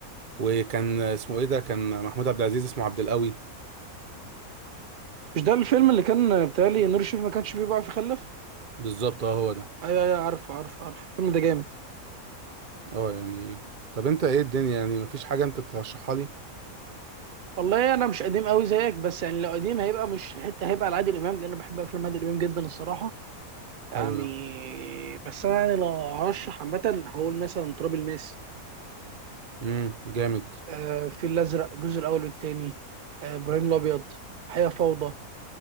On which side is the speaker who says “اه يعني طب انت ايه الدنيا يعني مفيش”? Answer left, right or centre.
Right